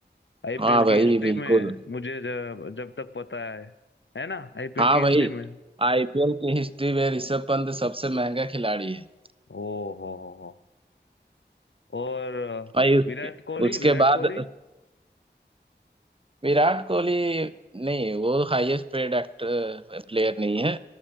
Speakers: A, on the left; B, on the right.
A: आईपीएल
B: हाँ भाई
A: की हिस्ट्री
B: बिल्कुल
A: में मुझे जब जब तक पता है है ना आईपीएल
B: हाँ
A: की
B: भाई
A: हिस्ट्री में
B: आईपीएल की हिस्ट्री में ऋषभ पंत सबसे महंगा खिलाड़ी है
A: ओ हो हो हो और अ,
B: भाई उसके
A: विराट कोहली
B: उसके
A: विराट
B: बाद
A: कोहली
B: विराट कोहली नहीं वो हाईएस्ट पेड एक्टर प्लेयर नहीं है